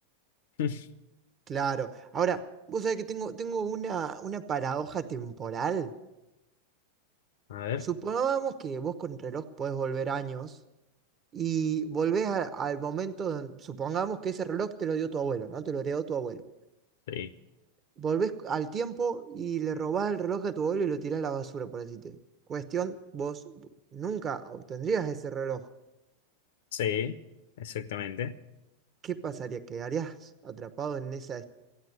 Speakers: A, on the left; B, on the right.
A: <laughs>
B: Claro. Ahora, vos sabés que tengo, tengo una, una paradoja temporal.
A: A ver.
B: Supongamos que vos con el reloj podés volver años y volvés a- al momento, don- supongamos que ese reloj te lo dio tu abuelo, ¿no? Te lo heredó tu abuelo.
A: Sí.
B: Volvés al tiempo y le robás el reloj a tu abuelo y lo tirás a la basura, por decirte. Cuestión, vos nunca obtendrías ese reloj.
A: Sí, exactamente.
B: ¿Qué pasaría? ¿Quedarías atrapado en esa